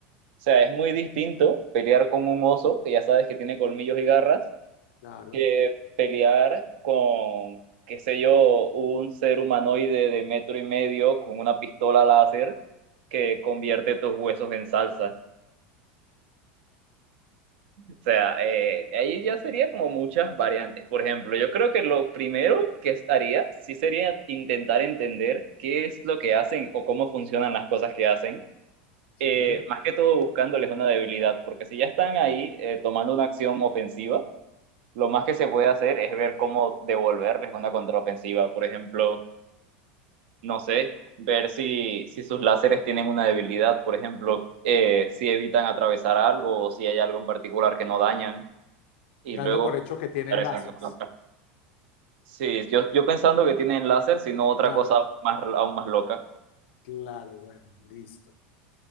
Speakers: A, on the right; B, on the left.
A: o sea, es muy distinto pelear con un oso, que ya sabes que tiene colmillos y garras,
B: claro,
A: que pelear con, qué sé yo, un ser humanoide de metro y medio con una pistola láser que convierte tus huesos en salsa. O sea, eh, ahí ya sería como muchas variantes. Por ejemplo, yo creo que lo primero que haría sí sería intentar entender qué es lo que hacen o cómo funcionan las cosas que hacen.
B: sí,
A: Eh, más que todo buscándoles una debilidad, porque si ya están ahí eh, tomando una acción ofensiva, lo más que se puede hacer es ver cómo devolverles una contraofensiva. Por ejemplo, no sé, ver si, si sus láseres tienen una debilidad, por ejemplo, eh, si evitan atravesar algo o si hay algo en particular que no dañan y
B: dando
A: luego
B: por hecho que tienen
A: Interesan
B: láseres,
A: su punto. Sí, yo, yo pensando que tienen láser, sino otra
B: claro,
A: cosa más, aún más loca.
B: claro, bueno, listo.